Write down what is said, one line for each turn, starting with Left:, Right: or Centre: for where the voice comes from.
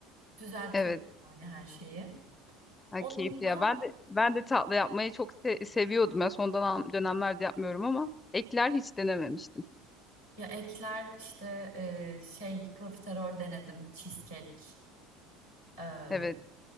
Right: düzeltiyorum
Left: Evet.
Right: yani her şeyi.
Left: Ha,
Right: Onun
Left: keyifli
Right: da
Left: ya. Ben de ben de tatlı yapmayı çok se- seviyordum. Ya son dönem- dönemlerde yapmıyorum ama ekler hiç denememiştim.
Right: ya ekler işte e, şey profiterol denedim, cheesecake, e,
Left: Evet.